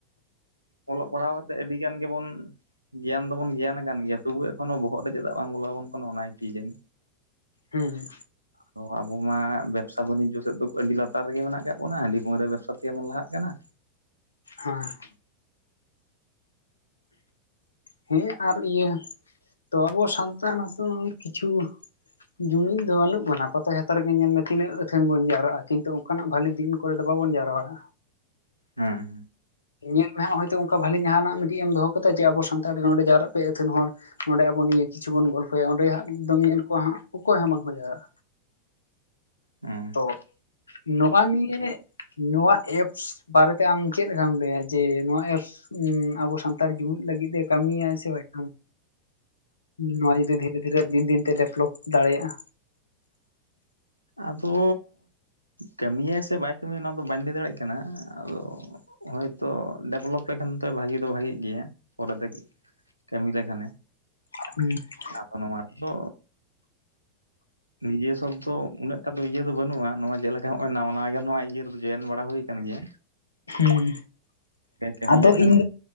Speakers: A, on the right; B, on the left.
A: ᱚᱞᱚᱜ ᱯᱟᱲᱦᱟᱣ ᱠᱟᱛᱮᱫ ᱟᱹᱰᱤᱜᱟᱱ ᱜᱮ ᱵᱚᱱ ᱼᱼ ᱜᱮᱭᱟᱱ ᱫᱚᱵᱚᱱ ᱜᱮᱭᱟᱱ ᱟᱠᱟᱱ ᱜᱮᱭᱟ ᱾ ᱛᱚᱵᱩ ᱮᱠᱷᱚᱱᱚ ᱵᱚᱦᱚᱜ ᱨᱮ ᱪᱮᱫᱟᱜ ᱵᱟᱝ ᱵᱚᱞᱚ ᱟᱵᱚᱱ ᱠᱟᱱᱟ ᱚᱱᱟ ᱠᱤ ᱡᱟᱹᱱᱤ?
B: ᱦᱮᱸᱻ
A: ᱛᱚ ᱟᱵᱚ ᱢᱟ ᱵᱮᱵᱽᱥᱟ ᱵᱟᱱᱤᱡᱽᱡᱚ ᱥᱮᱫ ᱫᱚ ᱟᱹᱰᱤ ᱞᱟᱛᱟᱨ ᱨᱮᱜᱮ ᱢᱮᱱᱟᱜ ᱟᱠᱟᱫ ᱵᱚᱱᱟ ᱦᱟᱺᱰᱤ ᱯᱟᱹᱣᱨᱟᱹ ᱵᱮᱵᱽᱥᱟ ᱛᱮ ᱜᱮᱵᱚᱱ ᱞᱟᱦᱟᱜ ᱠᱟᱱᱟ᱾
B: ᱦᱚᱸ ᱾ ᱦᱤᱧ ᱟᱨ ᱤᱭᱟᱹ ᱛᱚ ᱟᱵᱚ ᱥᱟᱱᱛᱟᱲ ᱦᱚᱸᱛᱚ ᱠᱤᱪᱷᱩ ᱡᱩᱢᱤᱫ ᱫᱚ ᱵᱟᱹᱱᱩᱜ ᱵᱚᱱᱟ ᱯᱟᱛᱟ ᱪᱷᱟᱛᱟ ᱨᱮᱜᱮ ᱧᱮᱞ ᱢᱮ ᱛᱤᱱᱟᱹᱜ ᱟᱹᱛᱷᱟᱹᱱ ᱵᱚᱱ ᱡᱟᱣᱨᱟᱜᱼᱟ ᱠᱤᱱᱛᱩ ᱚᱱᱠᱟᱱᱟᱜ ᱵᱷᱟᱞᱤ ᱫᱤᱱ ᱠᱚᱨᱮ ᱫᱚ ᱵᱟᱵᱚᱱ ᱡᱟᱣᱨᱟᱜᱼᱟ᱾
A: ᱦᱩᱸ
B: ᱧᱮᱞ ᱢᱮ ᱦᱟᱸᱜ ᱦᱚᱭᱛᱚ ᱚᱱᱠᱟ ᱵᱷᱟᱞᱤ ᱡᱟᱦᱟᱱᱟᱜ ᱢᱤᱫᱴᱤᱡ ᱮᱢ ᱫᱚᱦᱚ ᱠᱟᱫᱟ ᱡᱮ ᱟᱵᱚ ᱥᱟᱱᱛᱟᱲ ᱨᱮ ᱱᱚᱰᱮ ᱡᱟᱣᱨᱟᱜ ᱯᱮ ᱟᱹᱛᱟᱹᱱ ᱦᱚᱲ᱾ ᱚᱸᱰᱮ ᱟᱵᱚ ᱱᱤᱭᱟᱹ ᱠᱤᱪᱷᱩ ᱵᱚᱱ ᱜᱚᱞᱯᱚᱭᱟ ᱚᱸᱰᱮ ᱫᱚᱢ ᱧᱮᱞ ᱠᱚᱣᱟ ᱦᱟᱸᱜ ᱚᱠᱚᱭ ᱦᱚᱸ‌ ᱵᱟᱝᱠᱚ ᱡᱟᱣᱨᱟᱜᱼᱟ᱾
A: ᱦᱮᱸ
B: ᱛᱚ ᱱᱚᱣᱟ ᱱᱤᱭᱮ ᱱᱚᱣᱟ ᱮᱯᱥ ᱵᱟᱨᱮᱛᱮ ᱟᱢ ᱪᱮᱫ ᱞᱮᱠᱟᱢ ᱞᱟᱹᱭᱟ ᱡᱮ ᱱᱚᱣᱟ ᱮᱯᱥ ᱦᱩᱸ ᱟᱵᱚ ᱥᱟᱱᱛᱟᱲ ᱡᱩᱢᱤᱫ ᱞᱟᱹᱜᱤᱫ ᱮ ᱠᱟᱹᱢᱤᱭᱟ ᱥᱮ ᱵᱟᱝ? ᱱᱚᱣᱟ ᱡᱩᱫᱤ ᱫᱷᱤᱨᱮ ᱫᱷᱤᱨᱮ ᱫᱤᱱ ᱫᱤᱱᱛᱮ ᱰᱮᱵᱷᱞᱚᱯ ᱫᱟᱲᱮᱭᱟᱜᱼᱟ
A: ᱟᱫᱚ ᱠᱟᱹᱢᱤᱟᱭ ᱥᱮ ᱵᱟᱭ ᱠᱟᱹᱢᱤᱭᱟ ᱚᱱᱟ ᱫᱚ ᱵᱟᱹᱧ ᱞᱟᱹᱭ ᱫᱟᱲᱮᱭᱟᱜ ᱠᱟᱱᱟ ᱟᱫᱚ ᱦᱳᱭᱛᱳ ᱰᱮᱵᱷᱞᱚᱯ ᱞᱮᱠᱷᱟᱱ ᱫᱚ ᱵᱷᱟᱜᱮ ᱫᱚ ᱵᱷᱟᱜᱮᱜ ᱜᱮᱭᱟ ᱯᱚᱨᱮ ᱛᱮ ᱠᱟᱹᱢᱤ ᱞᱮᱠᱷᱟᱱᱮ
B: <unintelligible>
A: ᱟᱫᱚ ᱱᱚᱣᱟ ᱨᱮᱫᱚ ᱱᱤᱡᱮᱥ ᱥᱚᱵ ᱫᱚ ᱩᱱᱟᱹᱜ ᱴᱟ ᱫᱚ ᱤᱭᱟᱹ ᱫᱚ ᱵᱟᱹᱱᱩᱜᱼᱟ ᱱᱚᱣᱟ ᱪᱮᱫᱞᱮᱠᱟ ᱱᱚᱜᱼᱚᱭ ᱱᱟᱣᱟ ᱱᱟᱣᱟᱜᱮ ᱱᱚᱣᱟ ᱤᱭᱟᱹ ᱡᱚᱭᱮᱱ ᱵᱟᱲᱟ ᱦᱩᱭ ᱠᱟᱱ ᱜᱮᱭᱟ
B: ᱦᱩᱸ
A: ᱠᱟᱹᱢᱤᱭᱟᱜ
B: ᱟᱫᱚ
A: ᱠᱷᱟᱱ
B: ᱤᱧ